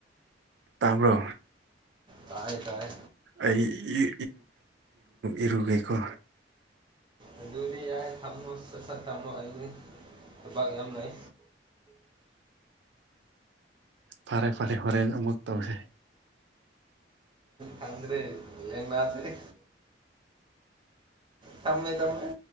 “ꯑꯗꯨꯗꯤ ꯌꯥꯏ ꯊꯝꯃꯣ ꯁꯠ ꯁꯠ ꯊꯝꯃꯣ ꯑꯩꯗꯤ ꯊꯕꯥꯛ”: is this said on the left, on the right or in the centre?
Right